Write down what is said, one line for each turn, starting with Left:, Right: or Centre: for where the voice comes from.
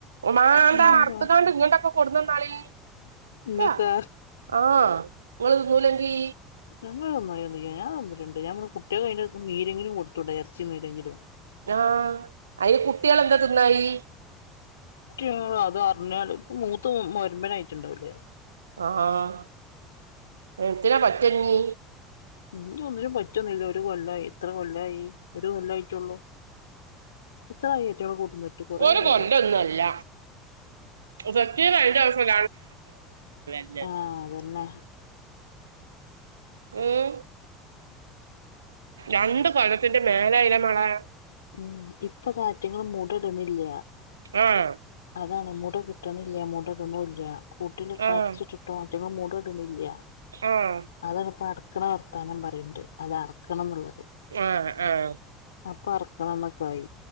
Right: ഉമാണ്ട
Left: ഇങ്ങക്കെന്താ
Right: അറത്ത കാണ്ട് ഇങ്ങോട്ടൊക്കെ കൊടുന്നുന്നാളി അല്ല
Left: ഇങ്ങക്കാ
Right: ആഹ് നിങ്ങ തിന്നൂലെങ്കി
Left: ഞങ്ങള് നന്നായി ഞൻ തന്നിട്ടുണ്ട് ഞമ്മുടെ കുട്ടികെ കയി നീരെങ്കിലും കൊടുത്തുട്ടേ ഇറച്ചി നീരെങ്കിലും
Right: ആഹ് അയ്യ കുട്ടികൾ എന്താ തിന്നായി
Left: <unintelligible> അതർഞ്ഞാല് പ്പ മൂത്തമൊരുമ്പന യിട്ടുണ്ടാവുല്ലേ
Right: ആഹ് എത്തിന പറ്റഞ്ഞീ
Left: ഇഞ് ഒന്നിനും പറ്റൊന്നില്ല ഒരു കൊല്ലയി ഇത്ര കൊല്ലയി ഒരു കൊല്ലയിട്ടുള്ളൂ <unintelligible>
Right: ഒര്
Left: ആയില്ലേ
Right: കൊല്ലോന്നുയല്ല സക്കീറായന്റാ സം <unintelligible>
Left: ആഹ് അതുന്നെ
Right: ഓ <inaudible> രണ്ട് കൊല്ലത്തിന്റെ മേലായീലെ മളെ
Left: ഉം ഇപ്പൊ കാറ്റങ്ങൾ മുട ഇട്ണില്ല
Right: ആഹ്
Left: അതാണ് മുട കിട്ട്ണില്ല. മുട ഇട്ണൂല്യ കൂട്ടില് കടച്ചു
Right: ആഹ്
Left: ട്ടോറ്റങ്ങള് മൂട ഇട്ണില്ല
Right: ആഹ്
Left: അതാണ് ഇപ്പം അറ്ക്ക്ണ വർത്താനം പറയ്ണ്ട് അത അറക്കണം ഇന്ന്ള്ളത്
Right: ആഹ് ആഹ്
Left: അപ്പം അറക്കണം എന്ന് ഒക്കെ ആയി